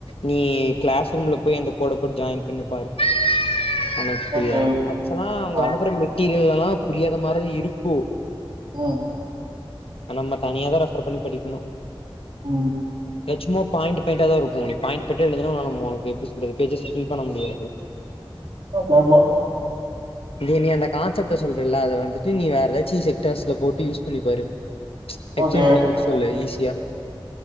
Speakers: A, on the left; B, on the right.
A: நீ கிளாஸ் ரூம்ல போய் அந்த கோடு போட்டு ஜாயின் பண்ணி பாரு உனக்கு புரியாதோ
B: ஓகே
A: ஆக்சுவலா அவுங்க
B: ஆ
A: அனுப்புற மெட்டீரியல்லலா புரியாத மாரி தா இருக்கோ
B: ம்
A: ஆ நம்ம தனியாதா ரெஃபர் பண்ணி படிக்கணோ
B: ம்
A: சும்மா பாயிண்ட் பாயிண்டாதா இருக்கு நீ பாயிண்ட் பாயின்ட்டா எழுதுனா உனக்கு எப்டி சொல்றது பேஜஸ்ச ஃபில் பண்ண முடியாது
B: ஆமா ஆமா
A: நீ நீ அந்த கான்செப்ட சொல்றல அத வந்துட்டு நீ வேற எதாச்சு செக்டர்ஸ்ல போட்டு யூஸ் பண்ணிப்பாரு எக்ஸ்சேஞ்ச்
B: ஓகே
A: பண்ணி குடுக்க சொல்லு ஈஸியா